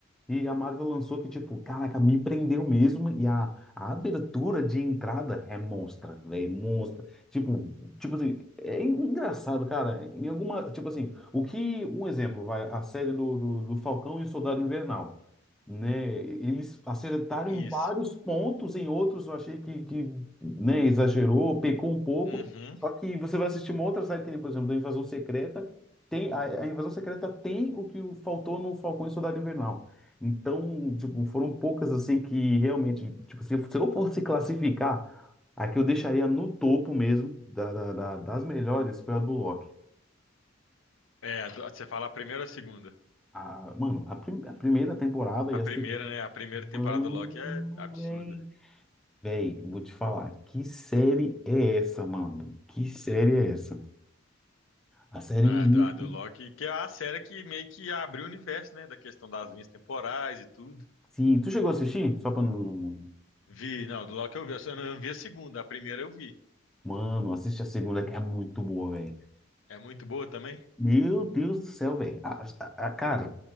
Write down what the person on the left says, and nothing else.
Isso.
Uhum.
É, a do- você fala a primeira ou a segunda?
A
primeira,
né? A primeira
temporada do Loki é absurda.
Na,
a do, a do Loki, que é a série que meio que abriu o universo, né? Da questão das linhas temporais e tudo.
Vi, não, do Loki eu vi, eu só não vi a segunda, a primeira eu vi.
É muito boa também?